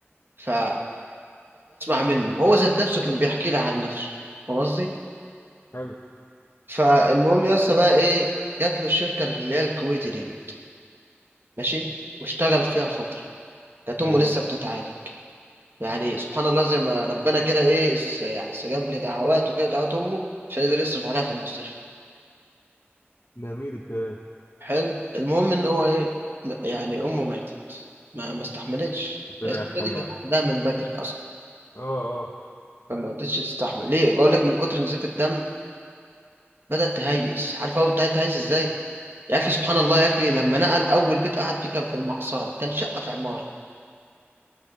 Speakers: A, on the right (about 55°); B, on the left (about 75°).
A: فبسمع منه هو ذات نفسه كان بيحكي لي عن نفسه فاهم قصدي
B: حلو
A: فالمهم لسه بقى ايه جات له الشركه اللي هي الكويتي دي ماشي واشتغل فيها فتره كانت امه
B: جميل
A: لسه بتتعالج يعني سبحان الله زي ما ربنا كده ايه س- يعني استجاب لي دعواته كده دعوات امه عشان يقدر يصرف عليها في المستشفى
B: جميل الكلام
A: حلو المهم ان هو ايه م- يعني امه ماتت ما ما استحملتش
B: ربنا
A: السنه
B: يرحمه
A: دي كانت
B: يا رب
A: عندها من بدري اصلا
B: اه اه
A: فما قدرتش تستحمل ليه بقول لك من كتر نزيف الدم بدات تهيس عارف هو بدات تهيس ازاي يا اخي سبحان الله يا اخي لما نقل اول بيت قعد فيه كان في المعصره كان شقه في عماره